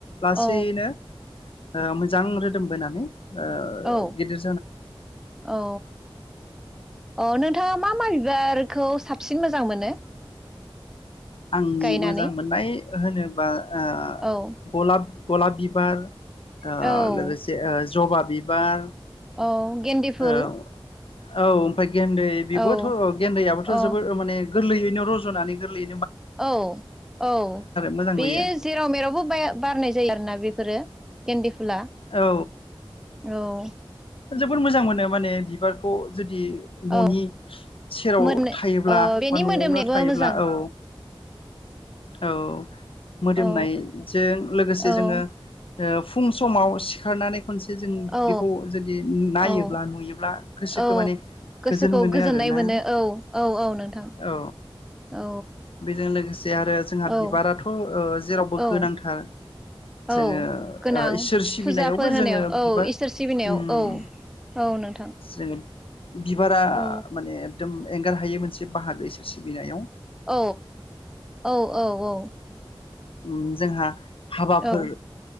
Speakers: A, on the left; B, in the centre.
A: लासैयैनो
B: औ
A: आ मो जां रोदोम बोनानै ओ
B: औ
A: गिदिर
B: औ अ नोंथाङा मा मा बिबार खौ साबसिन मोजां मोनो?
A: आंनि
B: गायनानै
A: मोजां मोननाय होनोबा आ
B: औ
A: गलाब गलाप बिबार आ
B: औ
A: लोगोसे ओ ज जबा बिबार
B: औ गेन्दि फुल
A: औ औ ओमफ्राय गेन्दै बेबोथ
B: औ
A: गेन्दैआाबोथ
B: अ
A: जोबद माने गोरलैयैनो रजनानै गोरलै
B: औ औ
A: मोजां
B: बे
A: नुयो
B: जेराव मेरावबो बाया बारनाय जायो आरोना बेफोरो केन्दि फुला
A: ओ
B: औ ।
A: जोबोद मोजां मोनो माने बिबारखौ जो दि ननि
B: औ
A: सेराव
B: मोदोमनो
A: थायोब्ला
B: औ बेनि
A: बा नआवनो
B: मोदोमनायाबो
A: थायोब्ला
B: मोजां
A: औ। औ मोदोमनायजों
B: औ
A: लोगोसे
B: औ
A: जोङो ओ फुं समाव सिखारनानै खनसे जों
B: औ
A: बेखौ जुदि नायोब्ला
B: औ औ
A: नुयोब्ला गोसोखौ
B: औ
A: माने
B: गोसोखौ
A: गोजोन मोनो
B: गोजोननाय
A: आरो ना।
B: मोनो औ औ औ नोंथां
A: औ
B: औ
A: बेजों लोगोस जे आरो जोंहा
B: औ
A: बिबाराथ ओ जेरावबो
B: औ
A: गोनांथार जोङो
B: औ गोनां
A: ओ इसोर सिबिनायावबो
B: फुजाफोर होनायाव
A: जोङो
B: औ
A: बिबार
B: इसोर सिबिनायाव
A: उम
B: औ औ नोंथां
A: जों <inaudible> बिबारा
B: औ
A: माने एकदम एंगारहायि मोनसे बाहागो इसोर सिबिनायाव।
B: औ औ औ औ
A: उम जोंहा हाबाफोर
B: औ